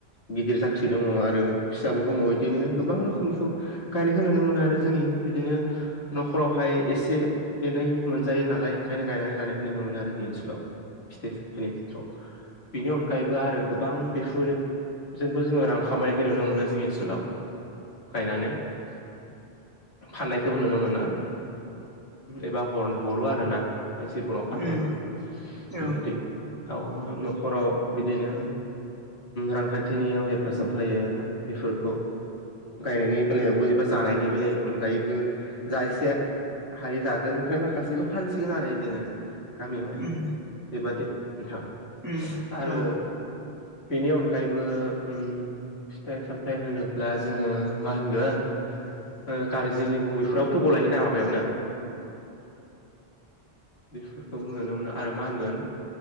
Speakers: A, on the left (about 75°); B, on the right (about 15°).
A: गिदिर जाथि दङ आरो फिसाबो दङ बिदिनो गोबां रोखोमनिखौ गायनायखौ नुनो मोनो आरो जोंनि बिदिनो न'खरावहाय एसे एनै मोनजायो नालाय ओंखायनो गायनानै लानायखौ नुनो मोनो आरो जोंनि ओनसोलाव फिथाइ सनि बिथोरआव बेनि अनगायैबो आरो गोबां बेफोर जोंबो जोङो रां खामायनायखौ नुनो मोनो जोंनि ओनसोलाव गायनानै फाननायखौबो नुनो मोनो एबा हरो आर ना। मानसिफोराव फानहरनो
B: उम औ
A: बेबायदि दाव न'खराव बिदिनो रांखान्थिनियाव हेफाजाब होयो मा बेफोरखौ गायनायनि बेलायावबो एबा जानायनि बेल अनगायैबो जा एसे हायो जागोन ओमफ्राय माखासेखौ फानसिगोन आरो बिदिनो गामियावहाय
B: उम।
A: बेबादि नोंथां
B: उम
A: आरो
B: औ
A: बेनि अन डायैबो उम फिथाइ सामथायाइ होनोब्ला जोङो मा होनगोन कारजि लेबु बेफोरावथ' गलायोना माबायावनो बेफोरखौ नुनो मोनो आरो मा होनगोन